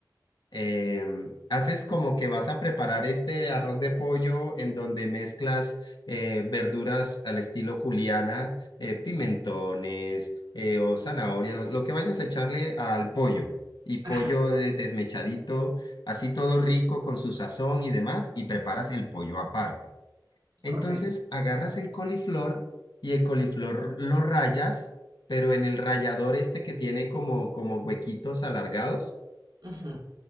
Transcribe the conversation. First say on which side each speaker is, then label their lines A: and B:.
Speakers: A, on the left; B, on the right.
A: em, haces como que vas a preparar este arroz de pollo en donde mezclas eh, verduras al estilo juliana, eh, pimentones eh, o zanahorias, lo que vayas a echarle al pollo. Y pollo
B: Ajá,
A: de- desmechadito, así todo rico con su sazón y demás, y preparas el pollo aparte. Entonces
B: correcto.
A: agarras el coliflor y el coliflor lo rayas, pero en el rallador este que tiene como, como huequitos alargados.
B: ujú,